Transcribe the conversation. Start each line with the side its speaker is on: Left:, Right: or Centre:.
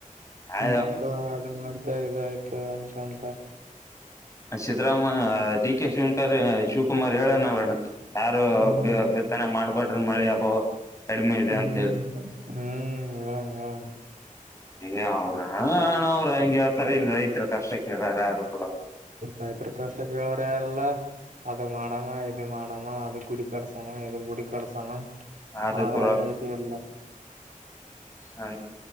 Left: ಅ
Right: ಮಕ್ಳ ಅ ಮಂತ ಇದಯ್ತ ಅನ್ಕಂತ.
Left: ಸಿದ್ದರಾಮ ಡಿ ಕೆ ಗೆ ಹೇಳಿ. ಶಿವಕುಮಾರ್ ಹೇಳನಲ್ಲಣ್ಣ ಯಾರು
Right: ಹ್ಮ್
Left: ಬಿತ್ತನೆ ಮಾಡ್ಬಡ್ರಿ ಮಳೆ ಅಭಾವ. ಕಡಿಮೆ ಇದೆ
Right: ಹ್ಮ್
Left: ಅಂತ
Right: ಹ್ಮ್ ಹೇಳಣ ಹೇಳೋಣ.
Left: ಏ ಅವ್ರ ಹಣ್ಣ ಅವ್ರರು ಹಂಗೆ ಹತಾರೆ ಇಲ್ಲ ರೈತರ ಕಷ್ಟಕ್ಕೆೇಳಾರೆ ಅದು ಕೂಡ.
Right: ರೈತ್ರಕೋಶ ಕೇಳೋ್ರ ಯಾರೆಲ್ಲ. ಅದು ಮಾಡಾಮ ಇದು ಮಾಡಮ್ಮ ಅದು ಗುಡಿ ಕಡಿಸಮ ಗುಡಿ ಕಡಸಾಮ.
Left: ಅದಕ್ಕೂ
Right: ಹರ ರತಲ್ಲ.
Left: ಹ